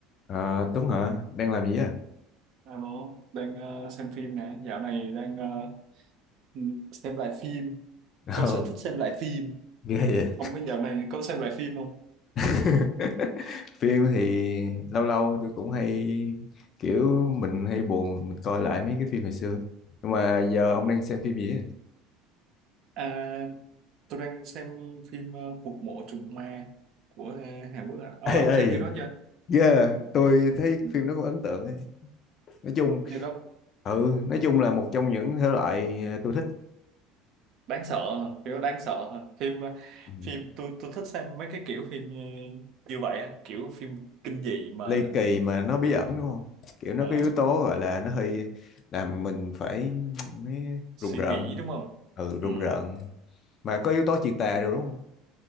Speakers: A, on the left; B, on the right.
A: Ờ, Tuấn hả? Đang làm gì á?
B: Alo, đang ờ, xem phim nè, dạo này đang ờ, ừ, xem lại phim,
A: <laughs>
B: có
A: Ồ,
B: sở thích xem lại phim.
A: ghê vậy.
B: Ông có dạo này có xem lại phim không?
A: <laughs> Phim thì lâu lâu tôi cũng hay kiểu mình hay buồn mình coi lại mấy cái phim hồi xưa. Nhưng mà giờ ông đang xem phim gì á?
B: À, tôi đang xem phim ờ, Cuộc mộ trùng ma của ờ, Hàn Quốc. ạ. Ông,
A: Ê
B: ông
A: ê,
B: xem phim đó chưa?
A: yeah, tôi thấy
B: Ừ.
A: phim đó cũng ấn tượng ấy. Nói chung,
B: Phim đó
A: ừ, nói chung là một trong những thể loại ờ, tôi thích.
B: đáng sợ, à, phim đó đáng sợ. à. Phim ờ,
A: Ừ,
B: phim tôi tôi thích xem mấy cái kiểu phim ờ, như vậy, á, kiểu phim kinh dị mà
A: Ly kỳ mà nó bí ẩn đúng không? Kiểu nó
B: ờ,
A: có yếu tố gọi là nó hơi làm mình phải <tsk>
B: suy
A: rùng rợn.
B: nghĩ đúng không?
A: Ừ, rùng
B: Ừ.
A: rợn. mà có yếu tố chị tà rồi đúng không